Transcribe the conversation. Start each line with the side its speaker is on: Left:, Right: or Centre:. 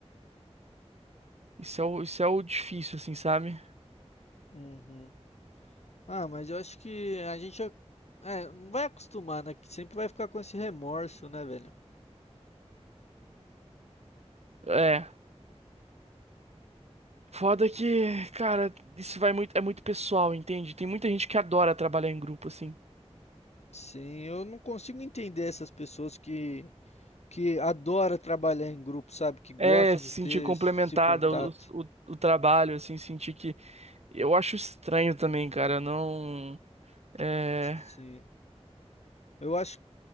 Right: Isso é o, isso é o difícil, assim, sabe?
Left: Uhum. Ah, mas eu acho que a gente ac- é, não vai acostumar, né? Que sempre vai ficar com esse remorso, né, velho?
Right: É. Foda que, cara, isso vai muito, é muito pessoal, entende? Tem muita gente que adora trabalhar em grupo, assim.
Left: Sim, eu não consigo entender essas pessoas que que adora trabalhar em grupo, sabe? Que gosta
Right: É, se
Left: de ter
Right: sentir complementada
Left: esse contato.
Right: o, o, o trabalho, assim, sentir que. Eu acho estranho também, cara, não. É.
Left: Sim. Eu acho,